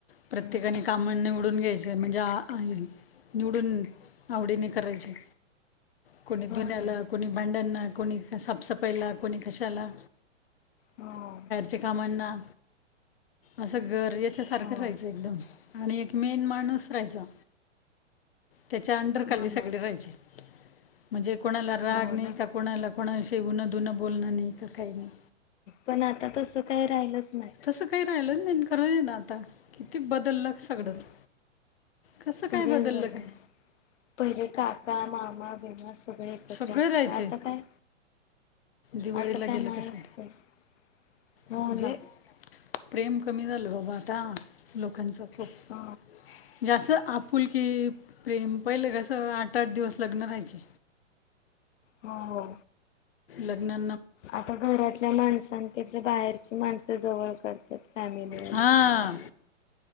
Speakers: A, on the left; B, on the left.
A: प्रत्येकानी
B: हो
A: काम निवडून निवडून घ्यायचे म्हणजे निवडून आवडीने करायचे. कोणी
B: हो
A: धुन्याला
B: ना
A: कोणी, भांड्यांना कोण, साफसफाईला कोणी कशाला.
B: हाअ.
A: ते कामांना असं घर याच्यासारखं
B: हो
A: राहायचं एकदम आणि एक मेन माणूस राहायचा. त्याच्या अंडरखाली
B: हो
A: सगळे
B: ना
A: राहायचे. म्हणजे कोणाला राग
B: हो
A: नाही
B: ना
A: का, कोणाला कोणाविषयी उनं धुणं बोलणं नाही का काही नाही.
B: पण आता तस काय राहिलच
A: तसं काही राहिलंच नाही, करं ये ना आता किती बदललं सगळंच.
B: हम्म
A: कसं
B: सगळेच
A: काय बदललं
B: बदलले
A: काय
B: पहिले काका, मामा, बिमा सगळे एकत्र
A: सगळे
B: असायचे,
A: राहायचे
B: आता काय?
A: दिवाळीला
B: आता काय
A: गेलं
B: नाहीच,
A: कसं
B: तस हो
A: म्हणजे
B: ना.
A: प्रेम कमी झालं बाबा आता लोकांचं खूप म्हणजे
B: हो
A: असं आपुलकी प्रेम पहिलं कसं आठ आठ दिवस लग्न राहायचे.
B: हो हो.
A: लग्न
B: आता घरातल्या माणसांपेक्षा बाहेरची माणसं जवळ करतात. फॅमिलीवाले
A: हां